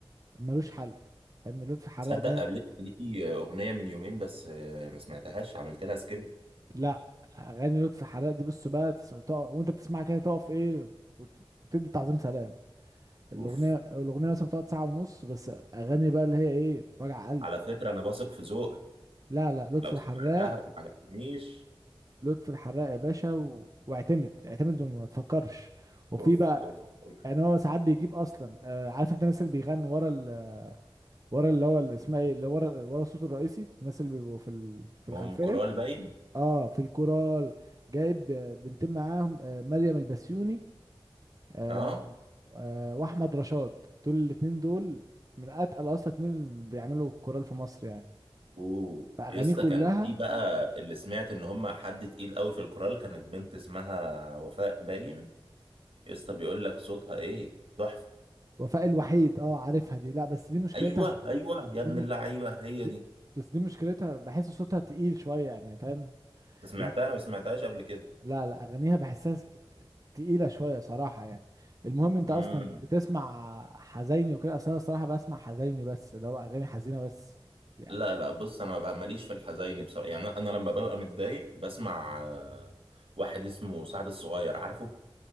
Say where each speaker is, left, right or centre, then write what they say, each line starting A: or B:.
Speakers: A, on the right; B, on the right.
A: ملوش حل فاهمني لطفي الحراق
B: تصدق
A: ده
B: قابلت ليه اغنيه من يومين بس آه، ما سمعتهاش عملت لها سكيب
A: لا اغاني لطفي حلاق دي بص بقى تس... تقف... وانت بتسمعها كده تقف ايه وت... وتدي تعظيم سلام الاغنيه
B: اوف
A: الاغنيه مثلا بتقعد ساعه ونص بس اغاني بقى اللي هي ايه وجع قلب
B: على فكره انا واثق في ذوقك
A: لا لا لطفي
B: لو
A: الحراق
B: سمعتها ما عجبتنيش
A: لطفي الحراق يا باشا و... واعتمد اعتمد وما تفكرش وفي
B: اوف
A: بقى
B: اوف اوف
A: يعني هو ساعات بيجيب اصلا آه عارف انت الناس اللي بيغنوا ورا ال ورا اللي هو اللي اسمها ايه اللي ورا ورا الصوت الرئيسي الناس اللي بيبقوا في ال... في
B: ام
A: الخلفيه
B: كورال باين
A: اه في الكورال جايب آه، بنتين معاهم آه، مريم البسيوني آه،
B: اه
A: آه، واحمد رشاد دول الاتنين دول من اتقل اصلا اتنين اللي بيعملوا كورال في مصر يعني
B: اوه
A: فاغانيه
B: يا اسطى
A: كلها
B: كان في بقى اللي سمعت ان هم حد تقيل قوي في الكورال كانت بنت اسمها وفاء باين يا اسطى بيقول لك صوتها ايه تحفه
A: وفاء الوحيد اه عارفها دي لا بس دي مشكلتها
B: ايوه
A: في-
B: ايوه يا ابن
A: دي مش
B: اللعيبه هي
A: دي
B: دي
A: بس دي مشكلتها بحس صوتها تقيل شويه يعني فاهم
B: انت سمعتها
A: الم-
B: انا ما سمعتهاش قبل كده
A: لا لا اغانيها بحسها س- تقيله شويه صراحه يعني المهم انت
B: امم
A: اصلا بتسمع حزيني وكده اصلا أنا الصراحه بسمع حزيني بس اللي هو اغاني حزينه بس يعني
B: لا لا بص انا بقى ماليش في الحزيني بصراحه يعني انا لما ببقى متضايق بسمع آه، واحد اسمه سعد الصغير عارفه